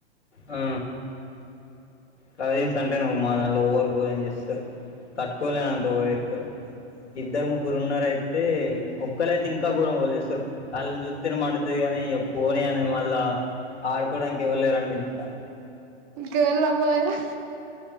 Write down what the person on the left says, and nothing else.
ఆ కజిన్స్ అంటే నువ్వు మా దాంట్లో ఓవరు గోరం చేస్తారు తట్టుకోలేనంత ఓవర్ చేస్తారు ఇద్దరు ముగ్గురు ఉన్నార అయితే ఒక్కళైతే ఇంకా గోరం చేస్తారు వాళ్ళని చూస్తేనే మండుతది కా నీ పోనీ అని మళ్ళా ఆడుకోవడానికి ఎవ్వరు లేరు అని పిలుస్తా